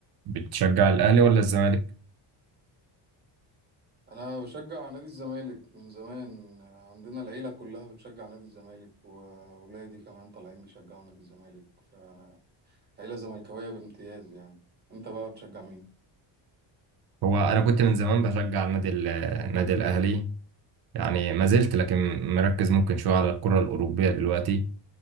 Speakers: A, on the right (about 50°); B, on the right (about 20°).
A: بتشجع الاهلي ولا الزمالك
B: انا بشجع نادي الزمالك من زمان عندنا العيله كلها بتشجع نادي الزمالك واولادي كمان طالعين بيشجعوا نادي الزمالك فعيله زملكاويه بامتياز يعني انت بقى بتشجع مين
A: هو انا كنت من زمان بشجع النادي ال- النادي الاهلي يعني ما زلت لكن مركز ممكن شويه على الكره الاوروبيه دلوقتي